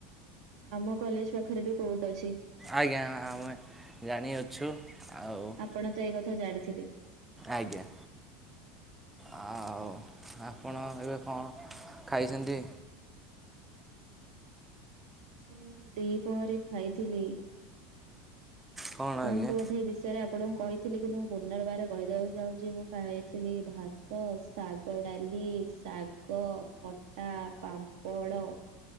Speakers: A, on the right; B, in the centre.
A: ଆମ କଲେଜ୍ ପାଖରେ ବି କୋର୍ଟ ଅଛି।
B: ଆଜ୍ଞା ଆମେ ଜାଣିଅଛୁ ଆଉ।
A: ଆପଣ ତ ଏଇ କଥା ଜାଣିଥିବେ।
B: ଆଜ୍ଞା ଆଉ ଆପଣ ଏବେ କଣ ଖାଇଛନ୍ତି?
A: ମୁଁ ଦିପହରେ ଖାଇଥିଲି।
B: କଣ
A: ଆପଣଙ୍କୁ
B: ଆଜ୍ଞା
A: ବୋଧେ ଏ ବିଷୟରେ ଆପଣଙ୍କୁ କହିଥିଲି କିନ୍ତୁ ମୁ ପୁନର୍ବାର କହିବାକୁ ଚାହୁଁଛି ମୁଁ ଖାଇଥିଲି ଭାତ ଶାଗଡାଲି, ଶାଗ, ଖଟା ପାମ୍ପଡ଼